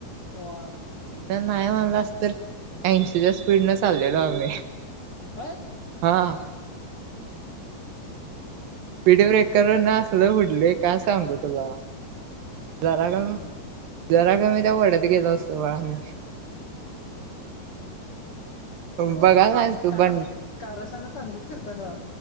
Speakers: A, on the left (about 50°); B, on the right (about 70°).
A: वॉर.
B: नाही म्हणलास, तर ऐंशीच्या स्पीड न चाललेलो आम्ही
A: काय?
B: हां. स्पीड ब्रेकरवरन असलं उडलोय काय सांगू तुला जरा
A: ठीक
B: कमी जरा का मी त्या वड्यात गेलो असतो वळानं.
A: वा,
B: बघायला नाहीस
A: मग
B: तू
A: का
B: बंड
A: कारस्थाना चांगलीच करता.